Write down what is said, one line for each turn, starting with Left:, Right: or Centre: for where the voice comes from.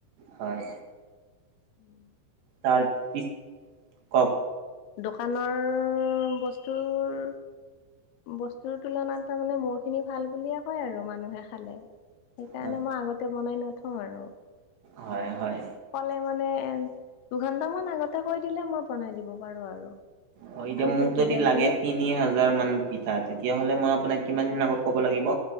Right: হয়।
Left: উম।
Right: তাৰ পিছ, কওঁক?
Left: দোকানৰ বস্তুৰ বস্তুৰ তুলনাত তাৰমানে মোৰ খিনি ভাল বুলিয়ে কয় আৰু মানুহে খালে। সেইকাৰণে
Right: হয়
Left: মই আগতে বনাই নথও আৰু।
Right: হয় হয়
Left: ক'লে মানে দুঘন্টা মান আগতে কৈ দিলে মই বনাই দিব পাৰো আৰু।
Right: অ, এতিয়া
Left: চাউলটো
Right: মোক
Left: ভিজাই
Right: যদি লাগে
Left: কেনে
Right: তি তিনি হাজাৰ মান পিঠা, তেতিয়াহ'লে মই আপোনাক কিমান দিন আগত ক'ব লাগিব